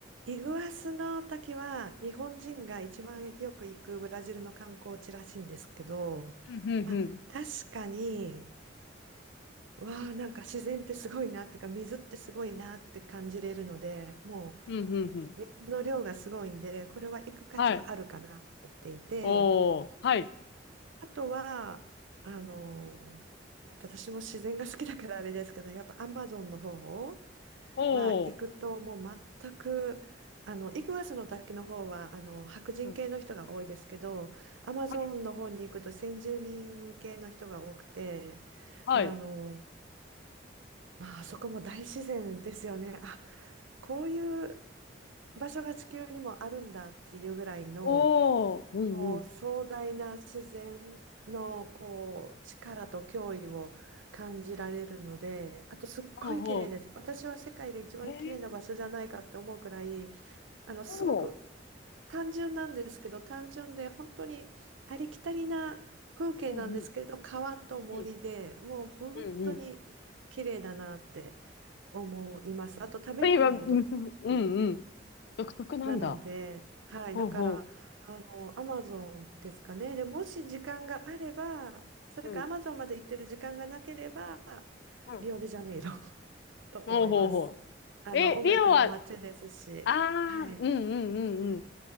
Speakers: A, on the right; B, on the left.
A: イグアスの滝は日本人が一番よく行くブラジルの観光地らしいんですけど、
B: うんうんうん。
A: まあ、確かに、わあ、なんか自然ってすごいなってか、水ってすごいなって感じれるので、も
B: うんうんうん。
A: う水の量がすごいんで、これは行く価値はあるかなと思っていて、
B: はい。おー、はい。
A: あとは、あの、また私も自然が好きだからあれですけど、やっぱアマゾンの方
B: おー、
A: は行くともう全く、あの、イグアスの滝の方は、あの、白人系の人が多いですけど、
B: うん。
A: アマゾンの方に行くと先住民系の人が多くて、
B: はい。はい。
A: あの、まあ、あそこも大自然ですよね。あ、こういう場所が地球にもあるんだっていうぐらいの、
B: おー、うんうん。
A: こう壮大な自然のこう力と脅威を感じられるので、あとすっごい綺麗です。
B: おー、
A: 私は世界で一番綺麗な場所じゃないかって思うくらい、
B: へえ、
A: あのすごく
B: おー、
A: 単純なんですけど、単純で本当にありきたりな風景なんですけど、
B: うんうん。
A: 川と森でもう本当に綺麗だなって
B: うんうんうん。
A: 思います。あと食べ物も独特
B: 今、うんうんうん。独特なんだ。
A: なので、はい、
B: ほうほ
A: だから、あの、アマゾンですかね。で、もし時間があれば、それかアマゾンまで行ってる時間がなければ、
B: う。うん。うん。
A: リオデジャネイロ <laughs> と思います。
B: ほうほうほ
A: あの、
B: う。え、
A: 音楽の街ですし、
B: リオはあ
A: はい。
B: あ、うんうんうんうん。